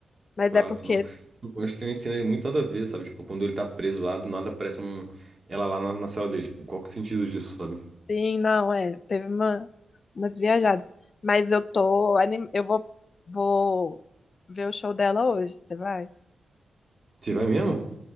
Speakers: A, on the left; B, on the right.
A: Mas
B: chato,
A: é porque,
B: não. Tipo, Eu gosto que tem umas cenas muito nada a ver, sabe? Tipo, quando ele tá preso lá, do nada aparece um... ela lá na, na sala dele, tipo, qual que é o sentido disso, sabe?
A: sim, não, é. Teve uma, umas viajadas. Mas eu tô. anim- Eu vou, vou ver o show dela hoje. Você vai?
B: Você vai mesmo?